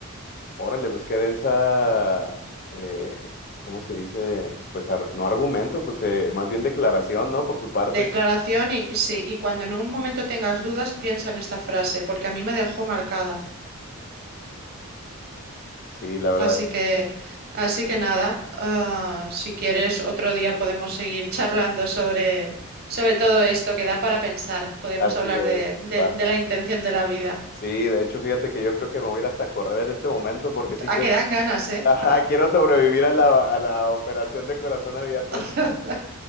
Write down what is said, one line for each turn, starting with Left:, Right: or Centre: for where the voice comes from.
Left: Órale, pues qué densa, eh, ¿cómo se dice? Pues ar- no argumento, pues eh, más bien declaración, ¿no? Por su parte.
Right: Declaración y sí, y cuando en un momento tengas dudas, piensa en esta frase, porque a mí me dejó marcada.
Left: Sí, la verdad,
Right: Así que, así que nada, ah, si quieres, otro día podemos seguir charlando sobre, sobre todo esto que da para pensar. Podemos
Left: así
Right: hablar
Left: es.
Right: de, de,
Left: bas-
Right: de la intención de la vida.
Left: Sí, de hecho, fíjate que yo creo que me voy a ir hasta a correr en este momento porque sí quiero.
Right: A que dan ganas,
Left: <laughs>
Right: ¿eh?
Left: Ajá, quiero sobrevivir a la, a la operación de corazón abierto.
Right: <laughs>
Left: <laughs>